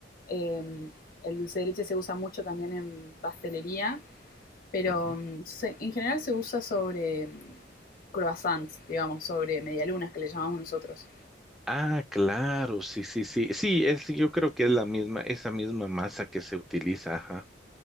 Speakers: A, on the left; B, in the centre.
A: eh, el dulce de leche se usa mucho también en pastelería, pero
B: ujú.
A: mm, se- en general se usa sobre mm, croissants, digamos, sobre medialunas que le llamamos nosotros.
B: Ah, claro, sí, sí, sí. Sí, es, yo creo que es la misma, esa misma masa que se utiliza, ajá.